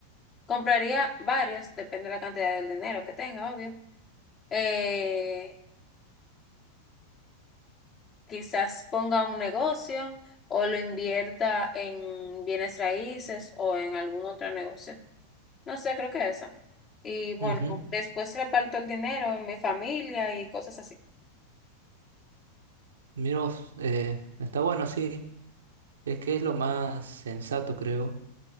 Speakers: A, on the left (about 25°); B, on the right (about 65°).
A: compraría varios, depende de la cantidad del dinero que tenga, obvio. Eh, quizás ponga un negocio o lo invierta en bienes raíces o en algún otro negocio. No sé, creo que eso. Y bueno,
B: Ujú.
A: después reparto el dinero en mi familia y cosas así.
B: Mira vos, eh, está bueno, sí, es que es lo más sensato, creo.